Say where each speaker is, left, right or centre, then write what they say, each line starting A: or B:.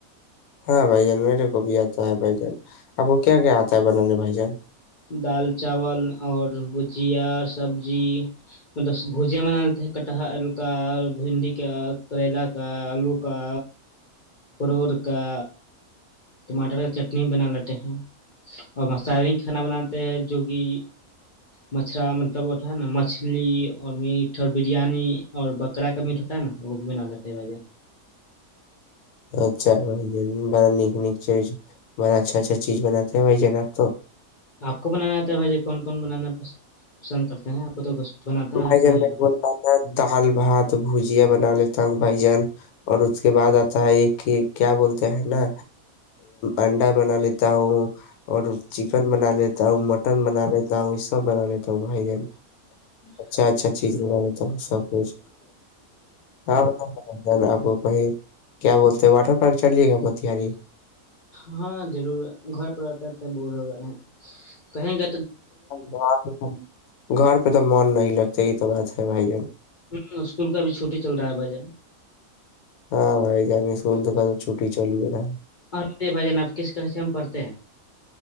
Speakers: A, on the left; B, on the left.
A: ہاں بھائی جان میرے کو بھی آتا ہے بھائی جان اب کو کیا کیا آتا ہے بنانے بھائی جان
B: دال چاول اور جیا سبزی مطلب بوجے بن دیتے کٹہر کا بھنڈی کا کریلا کا آلو کا پروڑ کا ٹماٹر کا چٹنی بھی بنا لیتے ہیں اور مسی کھانا بناتے ہیں جو کہ مچھھرا مطلب ہوتا ہے نا مچھلی اور میٹ اور بریانی اور بکرا کا میٹ ہوتا ہے نا وہ بھی بنا لیتے ہیں بھائی جان
A: اچھا بھائی ج بڑا نک نک چیز بڑا اچھا اچھا چیز بناتے ہیں بھائی جان آپ تو
B: آپ کو بنانا آتا ہے بھائی ج کون کون بنانا ہے پ پسند کرتے ہیں آپ کو تو بناتا
A: بھائی
B: آتا
A: جن
B: ہے
A: مے
B: گا
A: بولتا تھا دال بھات بھجیا بنا لیتا ہوں بھائی جان اور اس کے بعد آتا ہے یہ کہ کیا بولتے ہیں نا انڈا بنا لیتے تا ہوں اور چکن بنا لیتا ہوں مٹن بنا لیتا ہوں یہ سب بنا لیتا ہوں بھائی جن اچھا اچھا چیز لگ دیتا ہوں سب کچھ ہاں آپ کو کہیں کیا بولتے واٹر پارک چلیے گا پتیاری
B: ہاں ضرور ہے گھر پر رہتا رہتے بور ہو گئے ہیں کہیں گ
A: گ پہ گھر پہ تو من نہیں لگتا یہ تو بات ہے بھائی
B: ہ اسکول کا اب چھٹی چل رہا ہے بھائی جان
A: ہاں بھائی جان اسکول تو کا تو چھٹی چل ہی رہا ہے
B: ا بھجن اب کس کہ سے ہم پڑھتے ہیں